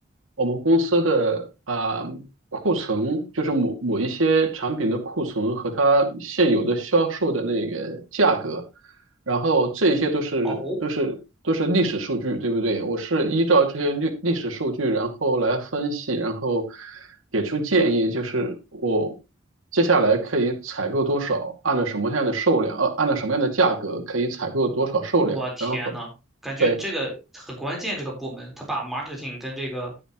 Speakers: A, on the right; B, in the centre.
A: 我们公司的啊、库存，就是某某一些产品的库存和它现有的销售的那个价格。然后这些都是都是都是历史数据，
B: 哦，
A: 对不对？我是依照这些历历史数据，然后来分析，然后给出建议，就是我接下来可以采购多少，按照什么样的数量，呃，按照什么样的价格可以采购多少数量，
B: 我天呐，
A: 然后
B: 感觉你这个很关键，
A: 对
B: 这个部门他把 marketing 跟这个